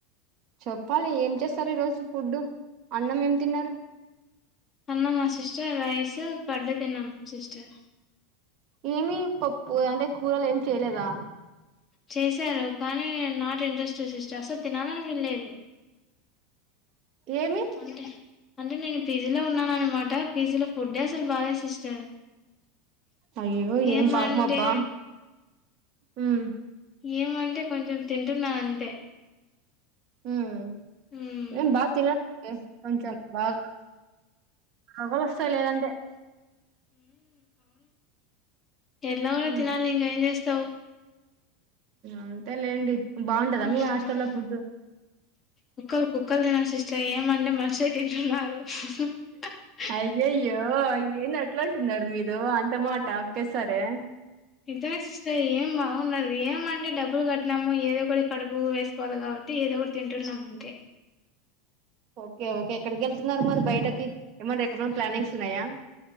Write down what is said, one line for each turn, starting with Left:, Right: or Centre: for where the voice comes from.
Right: చెప్పాలి ఏం చేస్తారు ఈ రోజు ఫుడ్డు అన్నం ఏం తిన్నారు
Left: అన్నమా సిస్టర్ రైస్ కర్డ్ తిన్నాము సిస్టర్
Right: ఏమి పప్పు అంటే కూరలు ఏమి చేయలేదా
Left: చేశారు కానీ నాట్ ఇంట్రెస్టెడ్ సిస్టర్ అసలు తినాలని అని కూడలేదు
Right: ఏమి
Left: అండి అంటే నేను పిజీలో ఉన్నా అన్నమాట పిజీలో ఫుడ్డే అసలు బాలే సిస్టర్
Right: అయ్యో
Left: ఏమంటే
Right: ఏం పాపం అబ్బా ఉమ్
Left: ఏమంటే కొంచెం తింటున్నా అంతే
Right: ఉమ్.
Left: మ్మ్
Right: ఏం బాగా తినాలి అండి కొంచెం బాగా మోబ్బులు వస్తాయి లేదంటే
Left: ఎట్లాగో
Right: ఉమ్
Left: తినాలి ఇంగా ఏం చేస్తావు
Right: అంతే లేండి బాగుంటదా మీ
Left: మ్మ్
Right: హాస్టల్ల్లో ఫుడ్
Left: కుక్కలు కుక్కలు తినయ్ సిస్టర్ ఏమంటే మనిషిగా తింటున్నారు <inaudible>
Right: అయ్యయ్యో ఏంది అట్లా అంటున్నారు మీరు అంత మాట ఒకేసారే
Left: ఇదస్త ఏం బాగుండదు ఏమ అంటే డబ్బులు కట్టిన ము ఏదో ఒకటి కడుపుకు వేసుకోవాలి కాబట్టి ఏదో ఒకటి తింటున్నామ్ అంతే
Right: ఓకే ఓకే ఎక్కడికి వెళ్తున్నారు మరి బయటకి ఏమన్నా రేపు ఏమన్నా ప్లానింగ్స్ ఉన్నాయా